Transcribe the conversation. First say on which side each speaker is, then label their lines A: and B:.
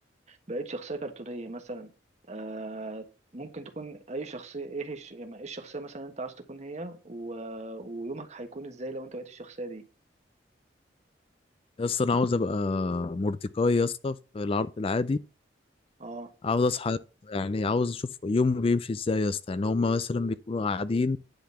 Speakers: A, on the right; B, on the left.
A: بقيت شخصية كرتونية مثلا آه ممكن تكون أي شخصية إيه الش- يعني إيه الشخصية مثلا اللي أنت عايز تكون هي و... ويومك هيكون إزاي لو أنت بقيت الشخصية دي
B: يا اسطى انا عاوز ابقى مورديكاي يا اسطى في العرض العادي
A: أه
B: عاوز اصحى يعني عاوز اشوف يومه بيمشي ازاي يا اسطى يعني هما مثلا بيكونوا قاعدين